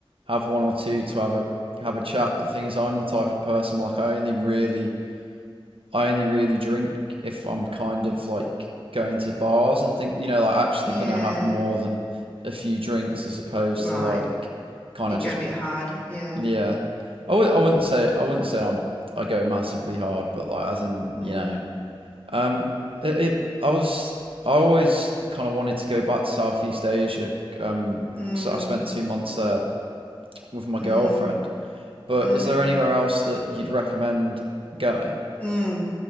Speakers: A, on the right (about 70°); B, on the left (about 15°).
A: have one or two to have a have a chat. But the thing is, I'm the type of person like I only really, I only really drink if I'm kind of like going to bars and think, you know, like actually
B: Yeah,
A: gonna have more than a few drinks as opposed
B: right.
A: to like kind
B: You
A: of
B: go
A: just
B: a bit hard. Yeah.
A: yeah, I w- I wouldn't
B: Mm,
A: say I wouldn't say I'm I go massively hard, but like as in
B: mm,
A: you know, um, it, it I was I always kind of wanted to go back to Southeast Asia, um,
B: mm,
A: because I spent two months there with my
B: mm,
A: girlfriend. But
B: mm,
A: is there anywhere else that you'd recommend going? <laughs>
B: mm.